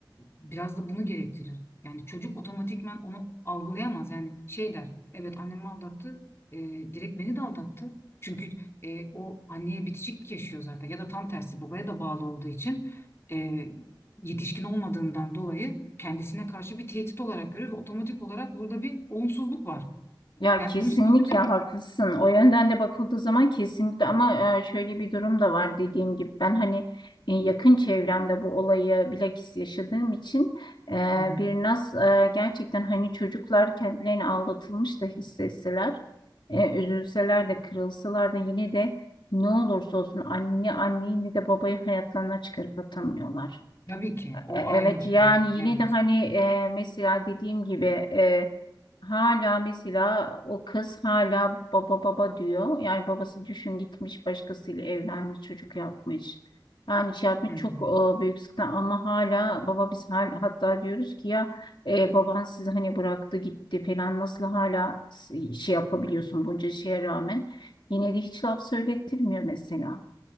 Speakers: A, on the left; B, on the left.
A: biraz da bunu gerektirir. Yani çocuk otomatikman onu algılayamaz. Yani şey der, evet annemi aldattı, e, direkt beni de aldattı. Çünkü e, o anneye bitişik yaşıyor zaten ya da tam tersi babaya da bağlı olduğu için e, yetişkin olmadığından dolayı kendisine karşı bir tehdit olarak görüyor ve otomatik olarak burada bir olumsuzluk var.
B: Ya
A: Yani
B: kesinlikle
A: bunu sadece...
B: haklısın. O yönden de bakıldığı zaman kesinlikle ama e, şöyle bir durum da var dediğim gibi. Ben hani e, yakın çevremde bu olayı bilakis yaşadığım için e,
A: Hı hı.
B: bir naz e, gerçekten hani çocuklar kendilerini aldatılmış da hissetseler, e, üzülseler de kırılsalar da yine de ne olursa olsun anne anneyi de babayı hayatlarına çıkarıp atamıyorlar.
A: Tabii ki.
B: E,
A: O
B: Evet
A: ayrı bir şey.
B: yani yine
A: Evet.
B: de hani e, mesela dediğim gibi e, Hala mesela o kız hala baba baba diyor. Yani babası düşün gitmiş başkasıyla evlenmiş çocuk yapmış. Yani şey yapmış
A: Hı hı.
B: çok e, büyük sıkıntı ama hala baba biz hal, hatta diyoruz ki ya e, baban sizi hani bıraktı gitti falan nasıl hala s- şey yapabiliyorsun bunca şeye rağmen. Yine de hiç laf söylettirmiyor mesela.